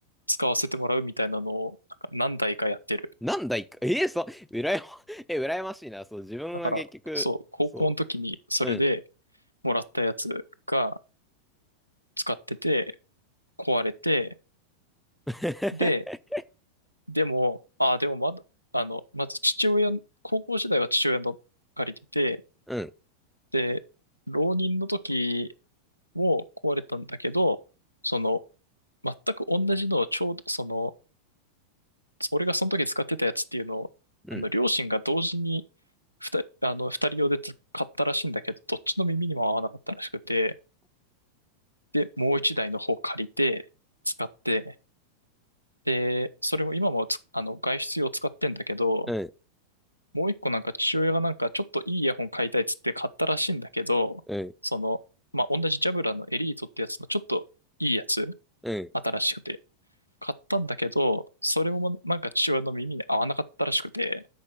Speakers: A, on the left; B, in the centre.
A: 使わせてもらうみたいなのを、なんか何台かやってる。
B: なんだいか、<laughs> ええそう、うらやま、<laughs> え、羨ましいな。そう、自分は結局、
A: だから、そう、高校の時にそれで
B: そう、うん。
A: もらったやつが使ってて、壊れて、
B: <laughs>
A: で、でも、ああ、でもまだ、あの、まず父親、高校時代は父親の借りてて、
B: うん、
A: で、浪人の時も壊れたんだけど、その、全く同じのをちょうど、その、俺がその時使ってたやつっていうのを、
B: うん、
A: あの、両親が同時に二人、あの、二人用で買ったらしいんだけど、どっちの耳にも合わなかったらしくて、で、もう一台の方借りて、使って、で、それも今もつあの、外出用使ってんだけど、
B: うん、
A: もう一個なんか父親がなんかちょっといいイヤホン買いたいっつって買ったらしいんだけど、
B: うん、
A: その、まあ、同じジャブラのエリートってやつのちょっといいやつ、
B: う
A: 新しくて、買ったんだけど、それもなんか父親の耳に合わなかったらしくて、